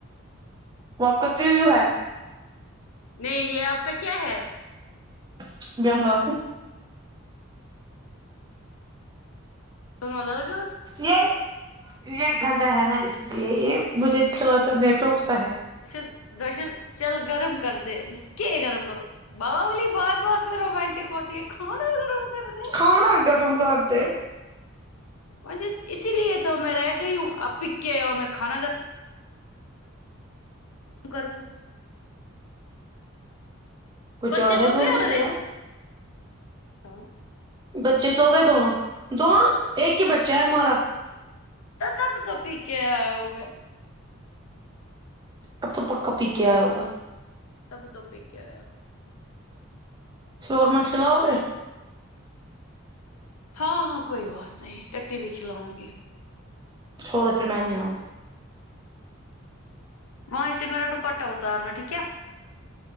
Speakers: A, on the right; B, on the left.
A: وہ آپکا زیزو ہے
B: نہیں یہ اب کیا ہے
A: <unintelligible>
B: <unintelligible>
A: یہ یہ گندا ہے نا اس لیے یہ مجھے کھلاتا نہیں ٹوکتا ہے
B: شز بشز چل گرم کر دے کہ گرم کرو بالی بات بات میں رومانٹک ہوتی ہے کھانا گرم کر دے
A: کھانا گرم کر دے
B: جس اسی لیے تو میں رہ گئی ہوں آپ پک کے اور میں کھانا گ گرم کر دوں
A: کچھ
B: بچے
A: اور
B: سو
A: ہے بولنے
B: گئے ہمارے
A: کے لائق
B: ہاں
A: بچے سو گئے دونوں دونوں ایک ہی بچا ہے مارا
B: تب تو پی کے آئے ہوے
A: اب تو پکا پی کے آیا ہوگا
B: تب تو پی کے آیا
A: شور ما کھلاؤ گے
B: ہاں ہاں کوئی بات نہیں ٹٹی بھی کھلاؤں گی
A: چھوڑو پھر میں نہیں آؤ گی
B: وہیں سے میرا ڈوپٹہ اتارنا ٹھیک ہے